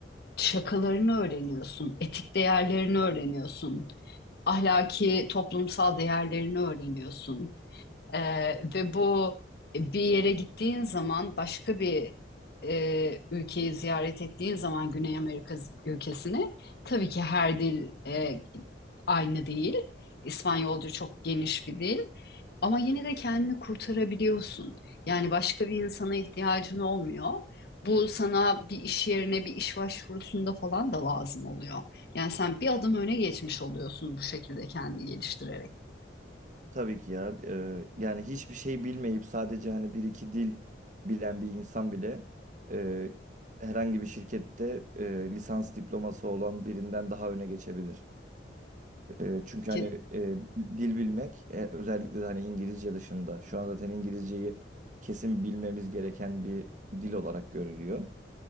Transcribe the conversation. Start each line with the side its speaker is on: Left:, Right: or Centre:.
Left: şakalarını öğreniyorsun, etik değerlerini öğreniyorsun, ahlaki toplumsal değerlerini öğreniyorsun. E, ve bu e, bir yere gittiğin zaman başka bir e, ülkeyi ziyaret ettiğin zaman Güney Amerika ülkesini tabii ki her dil e, aynı değil. İspanyolca çok geniş bir dil. Ama yine de kendini kurtarabiliyorsun. Yani başka bir insana ihtiyacın olmuyor. Bu sana bir iş yerine bir iş başvurusunda falan da lazım oluyor. Yani sen bir adım öne geçmiş oluyorsun bu şekilde kendini geliştirerek.
Right: Tabii ki ya. Eee, yani hiçbir şey bilmeyip sadece hani bir iki dil bilen bir insan bile eee, herhangi bir şirkette eee, lisans diploması olan birinden daha öne geçebilir. Eee, çünkü
Left: Ki
Right: hani eee, dil bilmek e, özellikle de hani İngilizce dışında şu an zaten İngilizceyi kesin bilmemiz gereken bir dil olarak görülüyor.